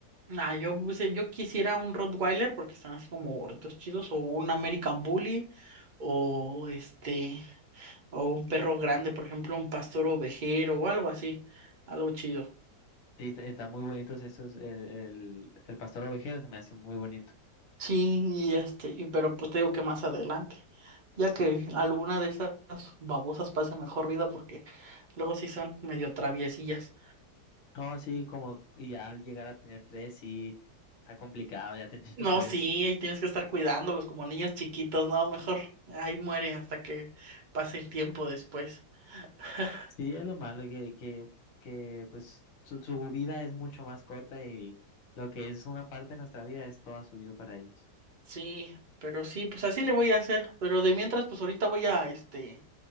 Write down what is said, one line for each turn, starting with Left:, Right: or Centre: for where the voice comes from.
Right: Ah, yo, puse- yo quisiera un Rottweiler porque están así como gordos, chidos, o un American Bully, o este, o un perro grande, por ejemplo, un pastor ovejero o algo así, algo chido.
Left: Sí, est- están muy bonitos esos, el, el, el pastor ovejero se me hace muy bonito.
Right: Sí, y este, y pero pues te digo que más adelante, ya que alguna de esas babosas pasa mejor vida porque luego sí son medio traviesillas.
Left: No, sí, como, y ya al llegar a tener tres, sí, está complicado ya tener
Right: No,
Left: <laughs> tres.
Right: sí, ahí tienes que estar cuidándolos como niños chiquitos, no, mejor ahí muere hasta que pase el tiempo después. <laughs>
Left: Sí, es lo malo, que, que, que pues su, su vida es mucho más corta y lo que es una parte de nuestra vida es toda su vida para ellos.
Right: Sí, pero sí, pues así le voy a hacer, pero de mientras, pues ahorita voy a, este,